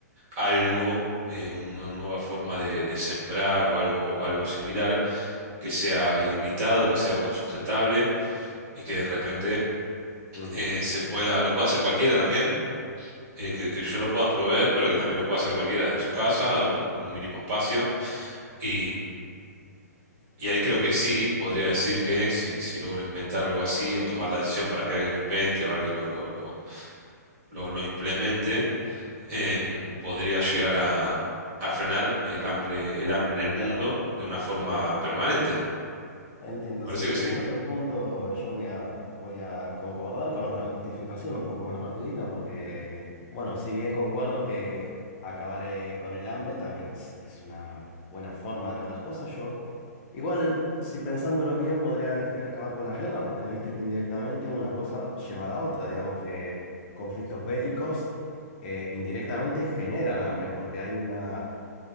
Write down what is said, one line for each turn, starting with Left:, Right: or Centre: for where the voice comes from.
Right: algo, eh, una nueva forma de, de sembrar o algo, algo similar, que sea ilimitado, que sea autosustentable y que de repente
Left: Mm,
Right: eh, se
Left: sí,
Right: pueda, lo pueda hacer cualquiera también eh, que, que yo lo pueda proveer, pero que también lo pueda hacer cualquiera desde su casa, con, con un mínimo espacio. Y, y ahí creo que sí, podría decir que si, si logro inventar algo así o tomar la decisión para que alguien lo invente o alguien lo, lo, lo, lo, lo implemente, em, podría llegar a, a frenar el hambre, el hambre en el mundo
Left: claro,
Right: de una forma
Left: entiendo,
Right: permanente.
Left: entiendo. Entiendo,
Right: Parece
Left: sí,
Right: que
Left: entiendo
Right: sí.
Left: tu punto. Yo voy a, voy a concordar con otra justificación un poco más rapidita porque, bueno, si bien concuerdo que acabar eh, con el hambre también es, es una buena forma de ver las cosas, yo igual, si pensándolo bien, podría elegir acabar con las guerras porque viste que indirectamente una cosa lleva a la otra. Digamos que conflictos bélicos eh, indirectamente generan hambre porque hay una